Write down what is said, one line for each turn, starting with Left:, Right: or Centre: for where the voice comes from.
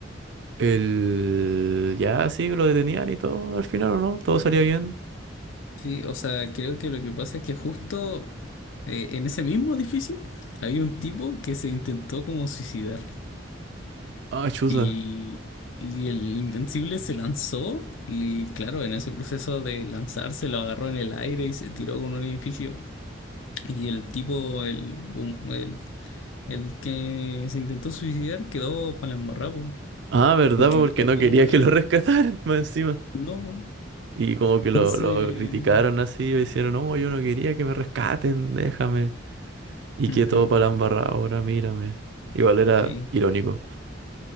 Right: el- ya sí lo detenían y todo, al final o no, todo
Left: Sí.
Right: salía bien.
Left: Sí, o sea, creo que lo que pasa es que justo eh, en ese mismo edificio había un tipo que se intentó como suicidar.
Right: Ah, chuta.
Left: Y, y el Invencible se lanzó y claro, en ese proceso de lanzarse lo agarró en el aire y se tiró con un edificio. Y el tipo, el, hum- el El que se intentó suicidar quedó para la embarrada, po,
Right: Ah, ¿verdad?
Left: porque
Right: Porque
Left: quedó
Right: no
Left: todo
Right: quería
Left: molido.
Right: que lo <laughs> rescataran más encima.
Left: No, po.
Right: Y como que lo,
Left: Entonces,
Right: lo criticaron así, o hicieron, no, yo no quería que me rescaten, déjame. Y
Left: ujú,
Right: que todo para la embarrada ahora, mírame. Igual era
Left: sí.
Right: irónico.